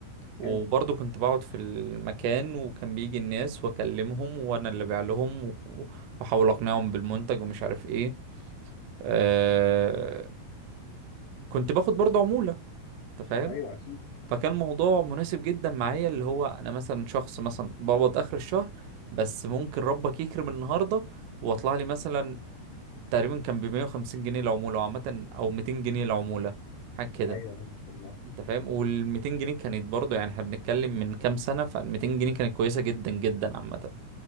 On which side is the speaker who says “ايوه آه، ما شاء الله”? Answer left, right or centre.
Left